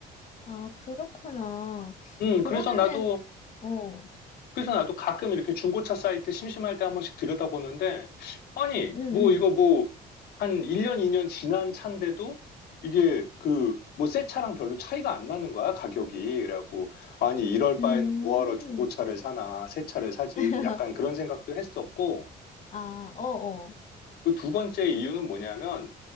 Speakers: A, on the left; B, on the left.
A: 아, 그렇구나.
B: 음, 그래서
A: 그러면은,
B: 나도
A: 어,
B: 그래서 나도 가끔 이렇게 중고차 사이트 심심할 때 한 번씩 들여다보는데, 아니,
A: 응,
B: 뭐 이거 뭐 한 1년, 2년 지난 차인데도 이게 그 뭐 새 차랑 별로 차이가 안 나는 거야, 가격이. 그래갖고, 아니, 이럴 바에는
A: 응,
B: 뭐하러 중고차를
A: 음.
B: 사나, 새 차를 사지.
A: <laughs>
B: 약간 그런 생각도 했었고,
A: 아, 어어.
B: 그 두 번째 이유는 뭐냐면,